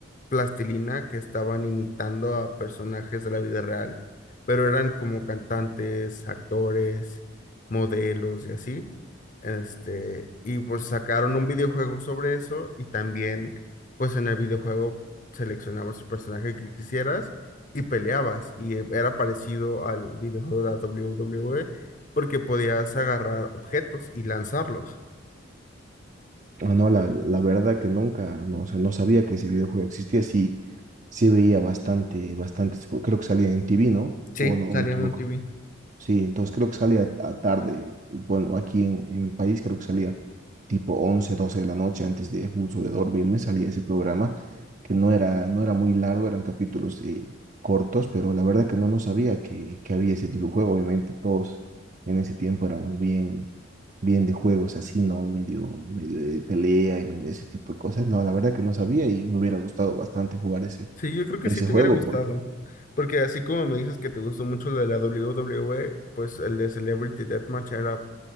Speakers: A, on the left; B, on the right.
A: plastilina que estaban imitando a personajes de la vida real, pero eran como cantantes, actores, modelos y así. Este, y pues sacaron un videojuego sobre eso y también pues en el videojuego seleccionabas el personaje que quisieras y peleabas y eh, era parecido al videojuego de la WWE porque podías agarrar objetos y lanzarlos.
B: Ah, no, la, la verdad que nunca, no, o sea, no sabía que ese videojuego existía, sí, sí veía bastante, bastantes, creo que salía en TV, ¿no?
A: Sí,
B: O no, o
A: salía
B: me equivoco.
A: en un T V
B: Sí, entonces creo que salía a tarde. Bueno, aquí en, en mi país creo que salía tipo 11, 12 de la noche antes de justo de dormirme. Salía ese programa que no era, no era muy largo, eran capítulos eh, cortos, pero la verdad que no, no sabía que, que había ese tipo de juego. Obviamente todos en ese tiempo éramos bien, bien de juegos así, ¿no? Medio, medio de pelea y medio de ese tipo de cosas. No, la verdad que no sabía y me hubiera gustado bastante jugar ese,
A: Sí, yo creo que
B: ese
A: sí te
B: juego
A: hubiera gustado,
B: porque...
A: porque así como me dices que te gustó mucho lo de la WWE, pues el de Celebrity Deathmatch era